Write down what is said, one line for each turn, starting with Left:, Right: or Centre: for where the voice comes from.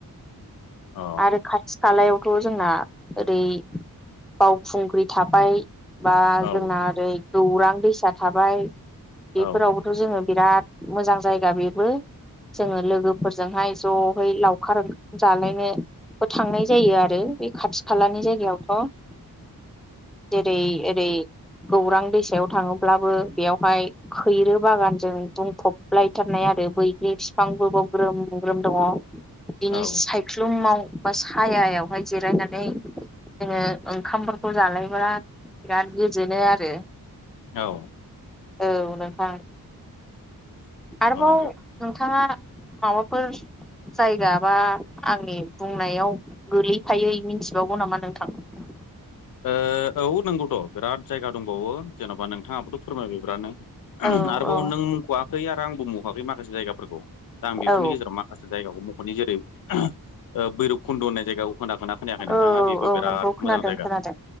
Left: अ
Centre: आरो खाथि खालायावथ' जोंना ओरै बावखुंग्रि थाबाय बा
Left: औ
Centre: जोंना ओरै गौरां दैसा थाबाय बेफोरावबोथ'
Left: औ औ
Centre: जोङो बिराद मोजां जायगा बेबो जोङो लोगोफोरजोंहाय ज'है लावखार ओंखाम जालायनो बो थांनाय जायो आरो। बे खाथि खालानि जायगायावथ' जेरै एरै गौरां दैसायाव थाङोब्लाबो बेयावहाय खैरो बागानजों बुंफबलायथारनाय आरो बैग्रि फिफांबोबाव ग्रोम ग्रोम दङ' बिनि
Left: औ
Centre: सायख्लुमाव बा सायायावहाय जिरायनानै जोङो ओंखामफोरखौ जालायब्ला बिराद गोजोनो आरो।
Left: औ।
Centre: औ नोंथां आरोबाव
Left: नंगौ
Centre: नोंथाङा माबाफोर। जायगा बा आंनि बुंनायाव गोगलैफायै मिथिबावगौ नामा नोंथां? <inaudible>
Left: ओ औ नोंगौथ' बिराद जायगा दंबावो जेन'बा नोंथाङाबोथ' फोरमाय बिरादनो।
Centre: औ
Left: आरोबाव
Centre: औ
Left: नों मख'वाखै आरो आंबो मख'वाखै माखासे जायगाफोरखौ दा आं बेफोरनि
Centre: औ
Left: गेजेराव माखासे। जायगाखौ मख'नि जेरै ओ बैरब खुन्द' होननाय जायगायाव खोनागोना खोनायाखै नोंथाङा
Centre: औ
Left: बेबो
Centre: औ
Left: बिराद
Centre: नंगौ खोनादों
Left: मोजां जायगा।
Centre: खोनादों